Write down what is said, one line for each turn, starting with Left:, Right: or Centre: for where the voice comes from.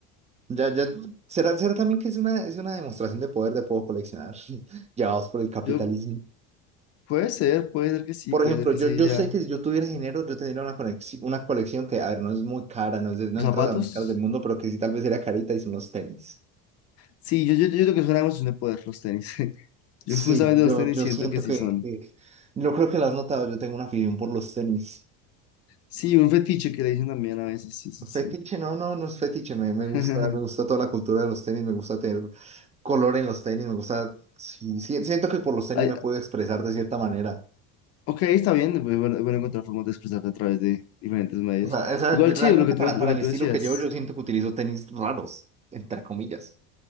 Right: Ya, ya, será, será también que es una, es una demostración de poder de puedo coleccionar, <laughs> llevados por el capitalismo.
Left: Yo, puede ser, puede ser que sí,
Right: Por
Left: puede
Right: ejemplo,
Left: ser que
Right: yo,
Left: sí,
Right: yo
Left: ya.
Right: sé que si yo tuviera dinero, yo tendría una conexión, una colección que, a ver, no es muy cara, no, es de- no
Left: ¿Los
Right: entra
Left: ¿Zapatos?
Right: a las más caras del mundo, pero que sí tal vez sería carita y son los tenis.
Left: Sí, yo, yo, yo creo que es una emoción de poder, los tenis. <laughs>
Right: Sí,
Left: Yo justamente
Right: yo,
Left: los tenis
Right: yo
Left: siento
Right: siento
Left: que
Right: que,
Left: sí son.
Right: que... No creo que lo has notado, yo tengo una afición por los tenis.
Left: Sí, un fetiche que le dicen también a veces, sí, sí, sí.
Right: Fetiche, no, no, no es fetiche, me, me
Left: <laughs>
Right: gusta, me gusta toda la cultura de los tenis, me gusta tener color en los tenis, me gusta, sí, sí, siento que por los tenis
Left: Hay,
Right: me puedo expresar de cierta manera.
Left: Ok, está bien, bu- bueno, es bueno encontrar formas de expresarte a través de diferentes medios.
Right: O sea, esa-
Left: Igual
Right: yo realmente
Left: sí, lo que tú,
Right: para,
Left: lo
Right: para
Left: que
Right: el
Left: tú
Right: estilo
Left: decías,
Right: que llevo, yo siento que utilizo tenis raros, entre comillas.